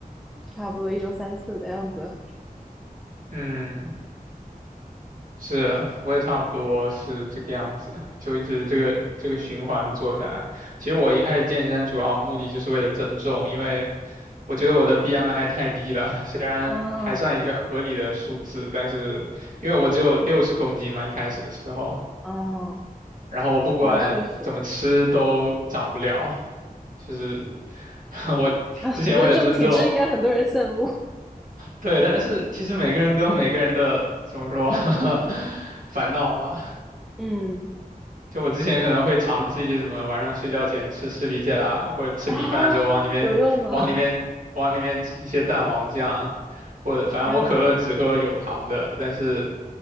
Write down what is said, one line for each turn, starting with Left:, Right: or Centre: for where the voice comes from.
Centre: 差不多一周三次的样子。
Right: 嗯，是，我也差不多是这个样子，就一直这个这个循环做下来。其实我一开始健身主要目的就是为了增重，因为我觉得我的 BMI 太低了，虽然还算一个合理的数字，
Centre: 嗯。
Right: 但是因为我只有六十公斤嘛，一开始的时候，
Centre: 哦，
Right: 然后我不管怎么吃都长不了，
Centre: 那确实
Right: 就是 <laughs> 我之前为了增重，
Centre: 啊，我觉得这种体质应该很多人羡慕。
Right: 对，但是其实每个人都有每个人的怎么说 <laughs> 烦恼吧，
Centre: 嗯
Right: 就我之前可能会尝试一些什么晚上睡觉前吃士力架啊，或者吃米饭的时候往里面往里面往里面挤一些蛋黄酱，
Centre: 啊，有用吗？
Right: 或者反正我可乐只喝有糖的，
Centre: 天啊
Right: 但是